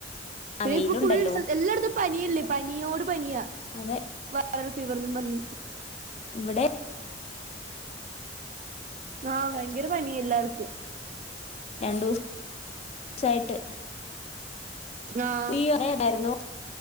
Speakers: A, on the left; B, on the right.
A: ആഹ്
B: പിന്നെ
A: വെയിലുണ്ടല്ലോ
B: ഇപ്പ ഫുൾ സ്ഥ എല്ലായിടത്തും പനിയല്ലേ പനിയോട് പനിയാ
A: അതെ
B: വയ്റൽ ഫീവർന്നും പറഞ്ഞി
A: ഇവിടെ
B: ആഹ് ഭയങ്കര പനി എല്ലാർക്കും
A: രണ്ടുസ് സായിട്ട്
B: ആഹ്
A: ഈ ഒറേ ണ്ടായിരുന്നു